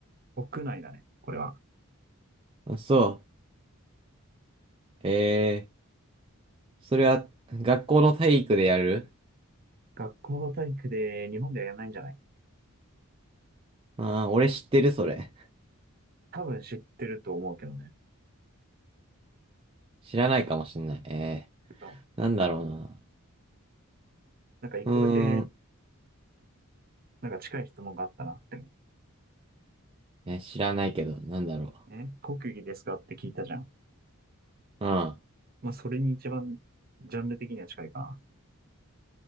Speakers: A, on the right; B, on the right.
A: 屋内だね、これは。
B: あそう。えー、それは学校の体育でやる
A: 学校の体育で日本ではやらないんじゃない
B: ああー、俺知ってる、それ。
A: 多分知ってると思うけどね。
B: 知らないかもしんない。え
A: あ
B: ーなんだろうな。
A: なんか一個だけ、
B: うーん。
A: なんか近い質問があったな。でも、
B: ね、知らないけど、なんだろ
A: え国技ですかって聞いたじゃん。
B: う。う
A: まあ、それに一番、ジャンル的には近いか